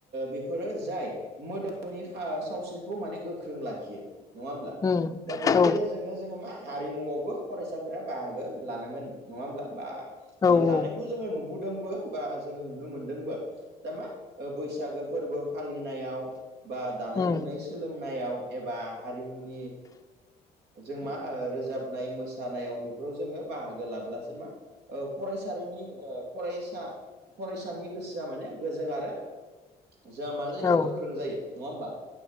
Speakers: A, on the right; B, on the left.
A: बेफोरो जाय मोदोमनि खा सावस्रिखौ माने गो ख्रों लाखियो नङा होमब्ला।
B: उम
A: दा बिनि
B: औ
A: गेजेरजोंनो जोङो मा हारिमुआवबो फरायसाफोरा बाहागो लानांगोन नङा होमब्ला बा
B: औ
A: लानायखौ
B: औ
A: जोङो नु बुदोंबो बा जोङो नुनो मोनदोंबो। दा मा बैसागो फोरबो फालिनायाव बा दानाय
B: उम
A: लुनाय सोलोंनायाव एबा हारिमुनि जों मा रोजाबनाय मोसानायाव बेफोराव जोङो बाहागो लाब्लासो मा फरायसालिनि फरायसा फरायसानि गोसोआ माने गोजों आरो जोंहा मा जायो
B: औ
A: गोख्रों जायो नङा होमबा?